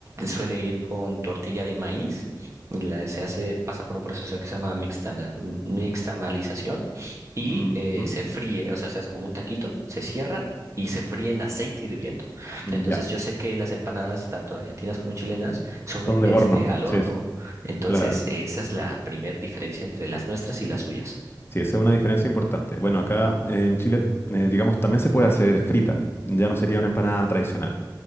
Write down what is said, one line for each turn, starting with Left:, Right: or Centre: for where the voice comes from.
Right: suele ir con tortilla de maíz, la- se hace, pasa por un proceso que se llama mixtala- m- mixtamalización y
Left: Ujú,
Right: eh, se fríe, o sea, se hace como un taquito, se cierra. Y se fríe en aceite hirviendo.
Left: Mm,
Right: Entonces,
Left: Ya,
Right: yo sé que las empanadas, tanto argentinas como chilenas, son
Left: son de
Right: este,
Left: horno,
Right: al horno.
Left: sí, es-
Right: Entonces,
Left: claro.
Right: esa es la primera diferencia entre las nuestras y las suyas.
Left: Sí, esa es una diferencia importante. Bueno, acá eh, en Chile, eh, digamos, también se puede hacer frita, ya no sería una empanada tradicional.